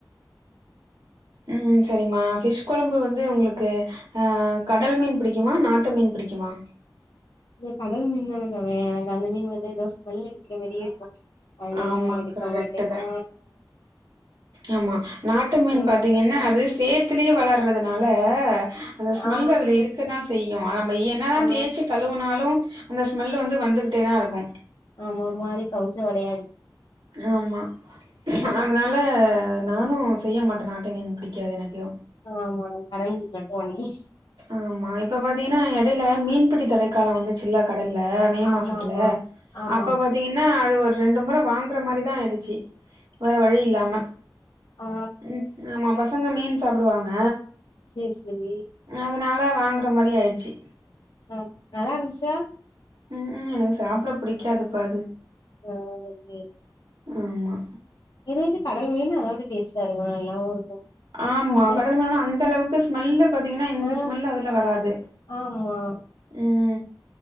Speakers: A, on the right (about 80°); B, on the left (about 80°).
A: ம் சரிம்மா ஃபிஷ் கொழம்பு வந்து உங்களுக்கு ஆ கடல் மீன் பிடிக்குமா நாட்டு மீன் பிடிக்குமா
B: இந்த கடல் மீன் தானே சாப்டுவே எனக்கு அந்த மீன் வந்து ஏதோ ஸ்மெல் அடிக்கிற மாரியே இருக்கு அதனால
A: ஆமா
B: நா எடுக்க
A: கரெக்ட்டு
B: மாட்டே
A: தா
B: ஆ
A: ஆமா நாட்டு மீன்
B: ம்
A: பாத்தீங்கன்னா அது சேத்துலயே வளர்றதுனால அந்த ஸ்மெல்
B: ஆ
A: அதுல இருக்கதா செய்யு நம்ம என்னதா
B: ஆ
A: தேய்ச்சு தழுவுனாலு அந்த ஸ்மெல் வந்து வந்துகிட்டே தா இருக்கு
B: ஆமா மாரி கவுச்ச வாடையாடிக்
A: ஆமா அதனால நானு செய்ய மாட்டே நாட்டு மீன் பிடிக்காது எனக்கு
B: ஆ ஆமா கடல் மட்டு ஒன்லி
A: ஆமா இப்ப பாத்தீங்கன்னா எடையில மீன்பிடி தடைக்கால வந்துச்சுல்ல கடல்ல மே
B: ஆமா
A: மாசத்துல
B: ஆமா ஆமா
A: அப்ப வந் பாத்தீங்கன்னா அது ஒரு ரெண்டு முறை வாங்கற மாரிதா ஆயிடுச்சு வேற வழி இல்லாம
B: ஆ
A: ம் ஆமா பசங்க மீன் சாப்டுவாங்க
B: சேரி சரி
A: அதனால வாங்கற மாரி ஆயிடுச்சு
B: ஆ நல்லாருந்துச்சா
A: ம் ம் எனக்கு சாப்ட புடிக்காது பா
B: ஆ சேரி
A: ஆமா
B: இதேது கடல் மீனு அதோட டேஸ்ட்டா இருக்கு நல்லாவு இருக்கு
A: ஆமா
B: இதன்
A: கடல் மீனுனா அந்த அளவுக்கு ஸ்மெல்லு பாத்தீங்கன்னா இந்த
B: ஆ
A: ஸ்மெல்லு அதுல வராது
B: ஆமா
A: ம்